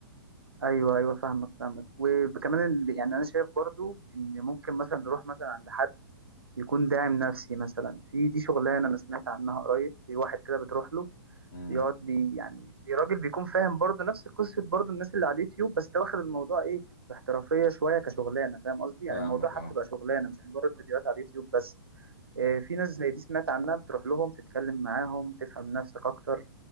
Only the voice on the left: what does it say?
امم
فاهمك
اه